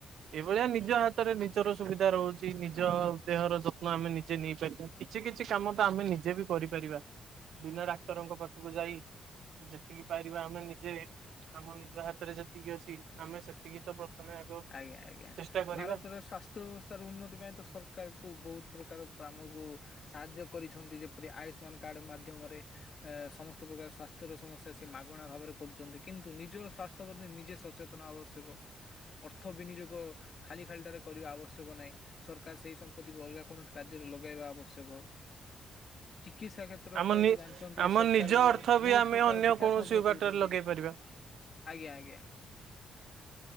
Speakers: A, on the right; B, on the left.
A: ଏଇଭଳିଆ ନିଜ ହାତରେ ନିଜର ସୁବିଧା ରହୁଛି ନିଜ ଦେହର ଯତ୍ନ ଆମେ ନିଜେ ନେଇପାରିବା କିଛି କିଛି କାମ ତ ଆମେ ନିଜେ ବି କରିପାରିବା। ବିନା ଡାକ୍ତରଙ୍କ ପାଖକୁ ଯାଇ। ଯେତିକି ପାରିବା ଆମେ ନିଜେ ଆମ ନିଜ ହାତରେ ଯେତିକି ଅଛି ଆମେ ସେତିକି ତ ପ୍ର ତମେ ଆଗ
B: ଆଜ୍ଞା ଆଜ୍ଞା
A: ଚେଷ୍ଟା କରିବା
B: ଭାରତର ସ୍ୱାସ୍ଥ୍ୟ ବ୍ୟବସ୍ଥାର ଉନ୍ନତି ପାଇଁ ତ ସରକାରକୁ ବହୁତ ପ୍ରକାର ଆମକୁ ସାହାଯ୍ୟ କରିଛି। ଯେପରି ଆୟୁଷ୍ମାନ କାର୍ଡ ମାଧ୍ୟମରେ ଏ ସମସ୍ତ ପ୍ରକାର ସ୍ୱାସ୍ଥ୍ୟର ସମସ୍ୟା ସେ ମାଗଣା ଭାବରେ କର କିନ୍ତୁ ନିଜ ସ୍ୱାସ୍ଥ୍ୟ ପ୍ରତି ନିଜେ ସଚେତନ ଆବଶ୍ୟକ। ଅର୍ଥ ବିନିଯୋଗ ଖାଲି ଖାଲିଟାରେ କରିବା ଆବଶ୍ୟକ ନାହିଁ ସରକାର ସେଇ ସମ୍ପତ୍ତିକୁ ଅଲଗା କୌଣସି କାର୍ଯ୍ୟରେ ଲ ଗାଇବା ଆବଶ୍ୟକ। ଚିକିତ୍ସା କ୍ଷେତ୍ରରେ
A: ଆମ
B: ତ
A: ନି
B: ଏବେ ଜାଣିଛନ୍ତି
A: ଆମ
B: ସରକାର
A: ନିଜ ଅର୍ଥ
B: ବହୁତ
A: ବି ଆମେ
B: ପ୍ରକାର
A: ଅନ୍ୟ
B: ବିକାଶ
A: କୌଣସି
B: ମଧ୍ୟ କରୁଛନ୍ତି।
A: ବାଟରେ ଲଗେଇ ପାରିବା।
B: ଆଜ୍ଞା ଆଜ୍ଞା।